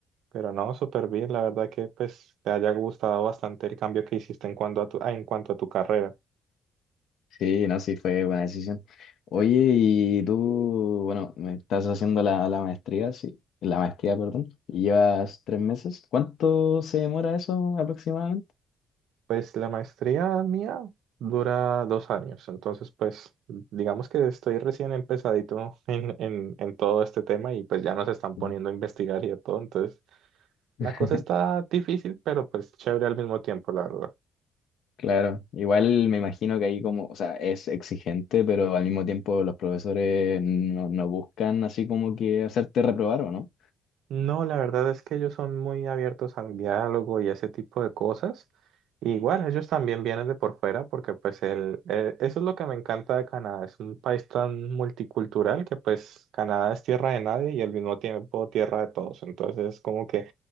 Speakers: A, on the right; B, on the left.
A: Pero no, súper bien, la verdad que pues te haya gustado bastante el cambio que hiciste en cuanto a tu, ah, en cuanto a tu carrera.
B: Sí, no, sí, fue buena decisión. Oye, y tú, bueno, me estás haciendo la, la maestría, sí, la maestría, perdón, y llevas tres meses. ¿Cuánto se demora eso aproximadamente?
A: Pues la maestría mía dura dos años, entonces pues digamos que estoy recién empezadito <laughs> en, en, en todo este tema y pues ya nos están
B: Uno.
A: poniendo a investigar y a todo, entonces la
B: <laughs>
A: cosa está difícil, pero pues chévere al mismo tiempo, la verdad.
B: Claro, igual me imagino que ahí como, o sea, es exigente, pero al mismo tiempo los profesores no, no buscan así como que hacerte reprobar, ¿o no?
A: No, la verdad es que ellos son muy abiertos al diálogo y ese tipo de cosas. Y igual, ellos también vienen de por fuera porque pues el, eh, eso es lo que me encanta de Canadá. Es un país tan multicultural que pues Canadá es tierra de nadie y al mismo tiempo tierra de todos. Entonces como que